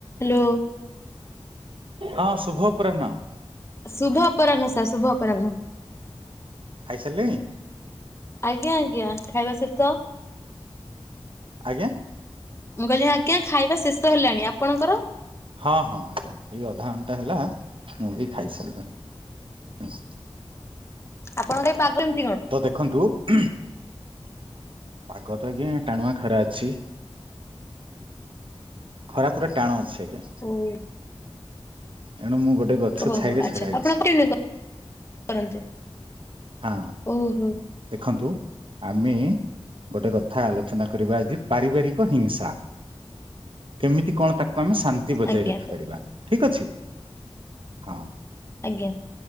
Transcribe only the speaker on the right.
ହଁ ଶୁଭ ଅପରାହ୍ନ।
ଖାଇସାରିଲେଣି
ଆଜ୍ଞା?
ହଁ ହଁ ଆଜ୍ଞା ଏଇ ଅଧା ଘଣ୍ଟା ହେଲା ମୁଁ ବି ଖାଇସାରିଲି ଉଁ।
ତ ଦେଖନ୍ତୁ ପାଗ ତ ଆଜ୍ଞା ଟାଣୁଆ ଖରା ଅଛି, ଖରା ପୁରା ଟାଣ ଅଛି ଆ ଞା।
ଏଣୁ ମୁଁ ଗୋ ଟେ ଗଛ
ଛାଇରେ
ଛଡା
ହେଇଛି,
ହଁ
ଦେଖନ୍ତୁ ଆମେ ଗୋଟେ କଥା ଆଲୋଚନା କରିବା ଆଜି ପାରିବାରିକ ହିଂସା, କେମିତି କଣ ତା କୁ ଆମେ ଶାନ୍ତି ବଜାଇ
ରଖିପାରିବା। ଠିକ୍ ଅଛି। ହଁ।